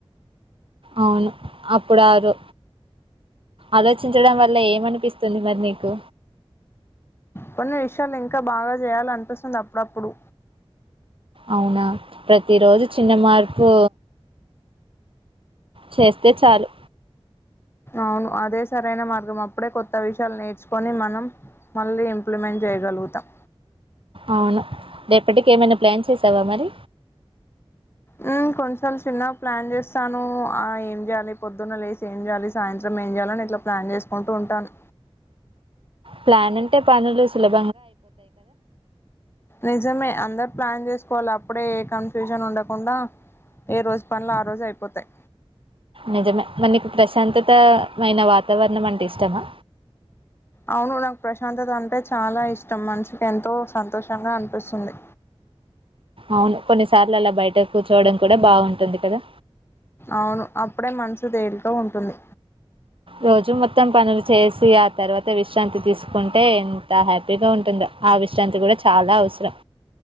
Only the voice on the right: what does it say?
అవును అప్పుడు ఆరూ ఆలోచించడం వల్ల ఏమనిపిస్తుంది మరి నీకు
అవునా ప్రతిరోజు చిన్న మార్పు చేస్తే చాలు
అవును రేపటికి ఎమైన ప్లాన్ చేసావా మరి
ప్లాన్ ఉంటే పనులు సులబ్
నిజమే మనకి ప్రశాంతత్ <unintelligible> వాతావరణం అంటే ఇష్టమా
అవును కొన్నిసార్లు అలా బయట కూర్చోడం కూడ బాగుంటుంది కదా
రోజు మొత్తం పనులు చేసి ఆ తర్వాత విశ్రాంతి తీసు కంటే ఎంత హ్యాపీగ ఉ ధో ఆ విశ్రాంతి కూడ చాలా అవసరం